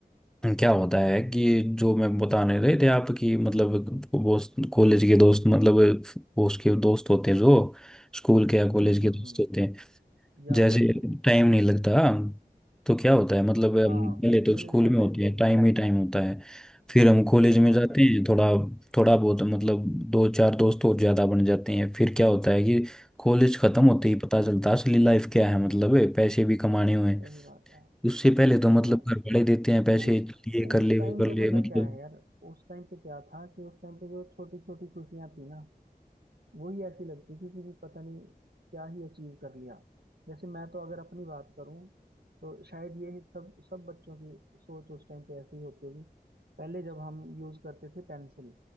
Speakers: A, in the centre; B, on the right.
A: क्या होता है कि जो मैं बताने रहे थे आपकी मतलब दोस्त कॉलेज के दोस्त मतलब वो उसके दोस्त होते हैं जो स्कूल के या कॉलेज
B: हम्म
A: के
B: हम्म
A: दोस्त
B: हम्म
A: होते हैं
B: याद
A: जैसे
B: आते हैं
A: टाइम नहीं लगता तो क्या होता है मतलब हम
B: हाँ
A: पहले तो
B: मिलने
A: स्कूल
B: का
A: में
B: टाइम
A: होते
B: नहीं
A: हैं
B: लगता
A: टाइम ही टाइम होता है फिर हम कॉलेज
B: हाँ
A: में जाते हैं थोड़ा थोड़ा बहुत मतलब दो चार दोस्त और ज़्यादा बन जाते हैं फिर क्या होता है कि कॉलेज ख़त्म
B: हम्म
A: होते ही पता चलता है असली लाइफ क्या है मतलब है, पैसे भी कमाने हुए
B: सही
A: हैं
B: बात है
A: उससे पहले
B: सही
A: तो मतलब
B: बात
A: घर
B: है।
A: वाले देते हैं पैसे
B: उस
A: ये
B: उस
A: कर ले
B: टाइम
A: वो कर
B: पे
A: ले
B: पता
A: मतलब
B: क्या है यार उस टाइम पे क्या था कि उस टाइम पे जो छोटी छोटी खुशियां थी ना वही ऐसी लगती थी कि पता नहीं क्या ही अचीव कर लिया जैसे मैं तो अगर अपनी बात करूं तो शायद ये सब सब बच्चों की सोच उस टाइम पे ऐसी ही होती होगी पहले जब हम यूज करते थे पेंसिल